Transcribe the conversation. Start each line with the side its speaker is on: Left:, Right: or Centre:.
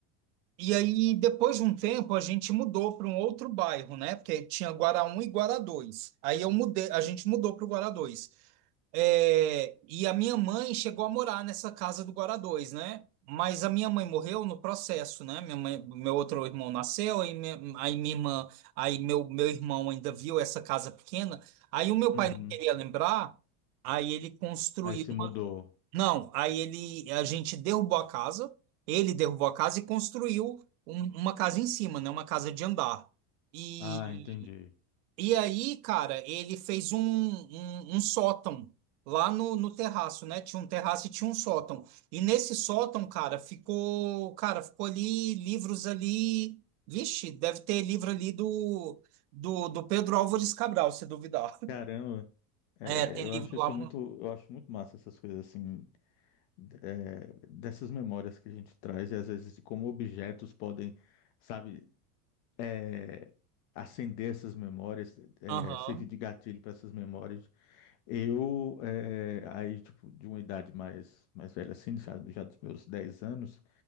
Right: E aí, depois de um tempo, a gente mudou para um outro bairro, né? Porque tinha Guará um e Guará dois Aí eu mudei, a gente mudou para o Guará dois É, e a minha mãe chegou a morar nessa casa do Guará dois né? Mas a minha mãe morreu no processo, né? Minha mãe, meu outro irmão nasceu, aí minha, aí minha irmã, aí meu, meu irmão ainda viu essa casa pequena. Aí o meu pai
Left: uhum.
Right: não queria lembrar, aí ele construiu.
Left: Aí se mudou.
Right: Não, aí ele, a gente derrubou a casa, ele derrubou a casa e construiu um- uma casa em cima, né? Uma casa de andar. E,
Left: Ah, entendi.
Right: e aí, cara, ele fez um, um, um sótão lá no, no terraço, né? Tinha um terraço e tinha um sótão. E nesse sótão, cara, ficou, cara, ficou ali livros ali. Vixe, deve ter livro ali do, do, do Pedro Álvares Cabral, se duvidar.
Left: Caramba, é,
Right: É, tem
Left: eu
Right: livro
Left: acho
Right: lá.
Left: isso muito,
Right: mu-
Left: eu acho muito massa essas coisas assim, é, dessas memórias que a gente traz e às vezes de como objetos podem, sabe, é, acender essas memórias, é,
Right: Aham.
Left: servir de gatilho para essas memórias. Eu, é, aí, tipo, de uma idade mais, mais velha, assim, já, já dos meus 10 anos,